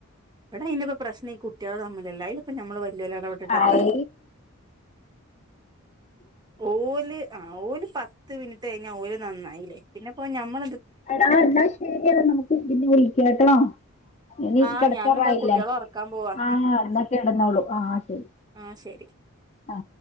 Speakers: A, on the right; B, on the left.
A: എടാ അയിനിപ്പൊ പ്രശ്നം ഈ കുട്ടികളെ തമ്മിലല്ല അതി ഇപ്പ നമ്മൾ വലിയ ഇടപെട്ടിട്ട്
B: അ
A: എന്താ
B: വ
A: ഓല് ആ ഓല് പത്ത് മിനിറ്റ് കഴിഞ്ഞ ഓല് നന്നായില്ലേ പിന്നെപ്പോ ഞമ്മള്
B: അടാ പറഞ്ഞാൽ ശരിയത നമുക്ക് പിന്നെ വിളിക്ക കേട്ടട്ടോ ഇനി
A: ആ
B: കിടക്കാറായില്ലേ
A: ഞാനും ഇതാ കുട്ടികളെ ഉറക്കാൻ പോവാ
B: ആഹ എന്നൊക്കെ ഇടന്നോളു ആഹ ശരി
A: ആഹ ശരി
B: ആഹ